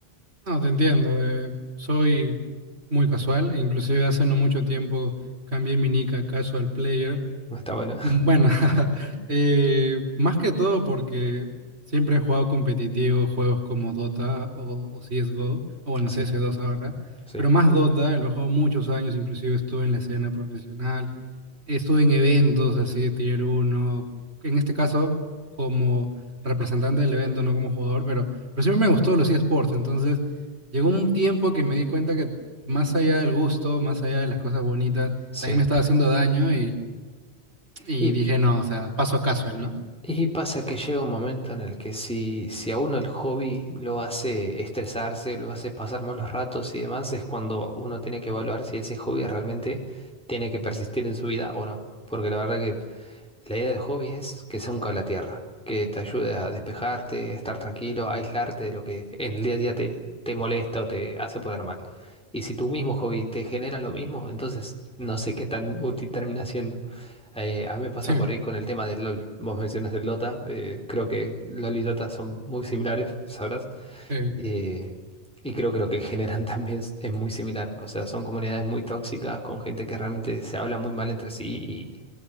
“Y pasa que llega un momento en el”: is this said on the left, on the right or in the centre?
Centre